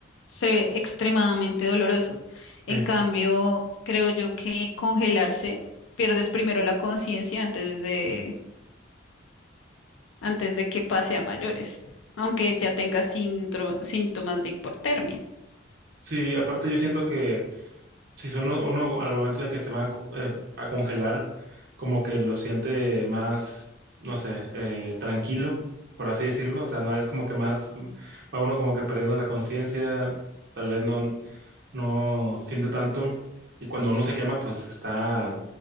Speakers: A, on the left; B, on the right.
A: se ve extremadamente doloroso. En
B: Sí,
A: cambio, creo yo que congelarse, pierdes primero la conciencia antes de antes de que pase a mayores, aunque ya tenga sintro- síntomas de hipotermia.
B: Sí, aparte yo siento que si son uno, uno al momento de que se van a, co- eh, a congelar, como que lo siente más, no sé, eh, tranquilo, por así decirlo. O sea, más, es como que más, mm, va uno como que perdiendo la conciencia, tal vez no, no siente tanto. Y cuando uno se quema, pues está